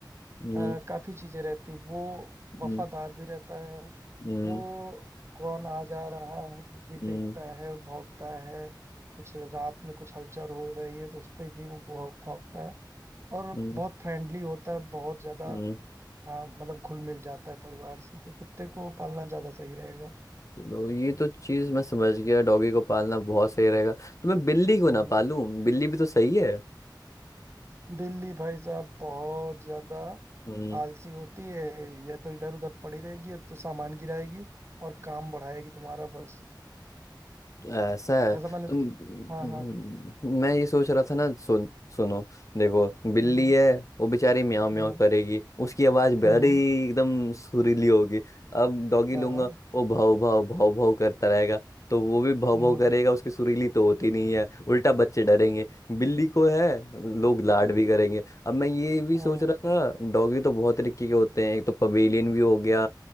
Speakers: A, on the left (about 40°); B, on the right (about 35°).
A: हम्म
B: अ, काफी चीजें रहती वो वफादार
A: हम्म
B: भी रहता है
A: हम्म
B: वो कौन आ जा रहा है वो भी
A: हम्म
B: देखता है भौंकता है कुछ रात में कुछ हलचल हो रही है तो उस पे भी वो भौ- भौंकता है और
A: हम्म,
B: बहुत फ्रेंडली होता है बहुत ज्यादा
A: हम्म।
B: अ, मतलब घुल मिल जाता है परिवार से तो कुत्ते को पालना ज्यादा सही रहेगा
A: चलो ये तो चीज मैं समझ गया डॉगी को पालना बहुत सही रहेगा तो मैं बिल्ली को
B: हम्म
A: ना
B: हम्म।
A: पालूं बिल्ली भी तो सही है
B: दिल्ली भाई साहब बहुत ज्यादा
A: हम्म
B: आलसी होती है या तो इधर उधर पड़ी रहेगी या तो सामान गिराएगी और काम बढ़ाएगी तुम्हारा बस
A: ऐसा है तो
B: ऐसा मैंने
A: म-
B: हाँ हाँ
A: मैं ये सोच रहा था ना सुन सुनो देखो बिल्ली
B: हम्म
A: है वो बेचारी म्याऊं म्याऊं
B: हम्म
A: करेगी उसकी आवाज बड़ी
B: हम्म हम्म, हम्म,
A: एकदम सुरीली होगी अब डॉगी
B: हाँ
A: लूंगा
B: हाँ
A: वो भाव भाव भाव भाव करता रहेगा तो वो भी भाव
B: हम्म,
A: भाव करेगा उसकी सुरीली तो होती नहीं है उल्टा बच्चे डरेंगे बिल्ली को है लोग लाड भी करेंगे अब मैं ये भी
B: हम्म,
A: सोच रहा था डॉगी तो बहुत तरीके के होते हैं एक तो पवेलियन भी हो गया